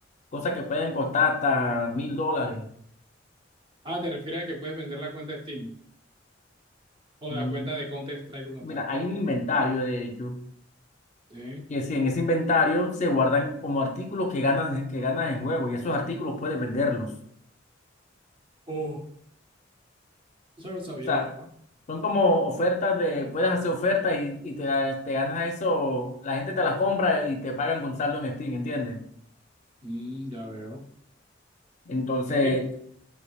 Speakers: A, on the left (about 40°); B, on the right (about 25°).
A: Cosas que pueden costar hasta mil dólares.
B: Ah, te refieres a que puedes vender la cuenta de Steam o
A: Mm,
B: la cuenta de Counter-Strike como
A: Mira,
B: tal.
A: hay un inventario, de hecho,
B: Sí.
A: que si en ese inventario se guardan como artículos que ganas, que ganas en juego y esos artículos puedes venderlos.
B: Oh, eso lo sabía,
A: o sea
B: la verdad.
A: Son como ofertas de, puedes hacer ofertas y, y te, da- te ganas eso, la gente te las compra y te pagan con saldo en Steam, ¿entiendes?
B: Mm, ya veo.
A: Entonces,
B: Pero es que,